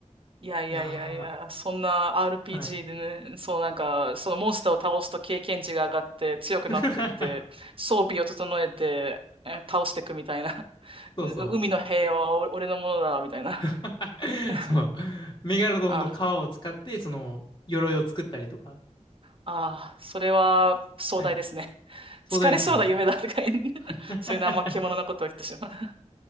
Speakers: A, on the right (about 45°); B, on the left (about 40°).
A: いやいやいやいや、
B: いやー、
A: そんな RPG
B: はい。
A: でね、そうなんか、そのモンスターを倒すと経験値が上がって強くなってって、
B: <laughs>
A: 装備を整えて、え倒していくみたいな。<laughs>
B: そうそう。
A: う海の平和はお俺のものだ、みたいな。
B: <laughs>
A: <laughs>
B: その、メガロドンの皮を使って、
A: あ、
B: その、鎧を作ったりとか。
A: ああ、それは壮大ですね。
B: はい。
A: <laughs>
B: 壮大ですね。
A: 疲れそうな夢だとか言う <laughs>
B: <laughs>
A: そういうのあんま獣なことを言ってしまう。